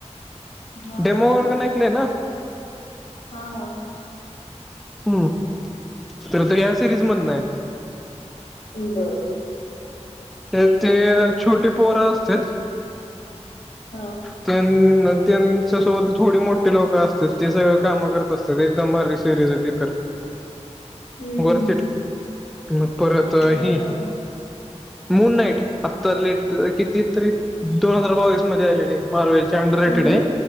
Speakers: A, on the left; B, in the centre.
A: हा
B: डेमोगोर्गन
A: ऐकलं
B: ऐकलंय ना.
A: हा हा
B: हम् तो तर ह्याया सिरीज मधन हाय.
A: बरं.
B: त्यात ते छोटी पोर असत्यात
A: हा.
B: त्यां त्यांच्या सोबत थोडे मोठे लोक असतात ते सगळे कामं करत असत एकदम भारी सिरीज आहे ती तर.
A: हम्म हम्म
B: वरती
A: हम्म.
B: मग परत
A: अच्छा
B: ही मून नाईट आत्ता लेट किती तरी, दोन हजार बावीस मध्ये आलेली. मारवलं ची अंडररेटेड
A: कोणती